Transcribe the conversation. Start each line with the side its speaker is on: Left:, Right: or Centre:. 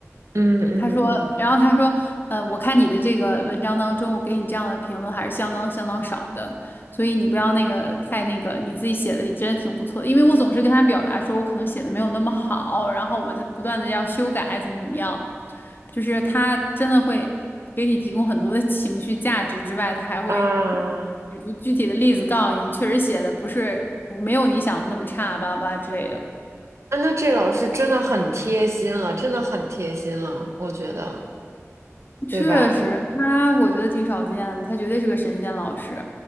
Right: 嗯嗯嗯
Left: 他说，然后他说，呃，我看你的这个文章当中，我给你这样的评论还是相当相当少的，所以你不要那个太那个，你自己写的也真的挺不错的，因为我总是跟他表达说我可能写的没有那么好，然后我就不断的要修改，怎么怎么样，就是他真的会给你提供很多的情绪价值之外，他还会
Right: 啊，
Left: 举出具体的例子告诉你，确实写的不是没有你想的那么差，巴拉巴拉之类的。
Right: 啊那这老师真的很贴心了，真的很贴心了，我觉得，对吧？
Left: 确实，他我觉得挺少见的，他绝对是个神仙老师。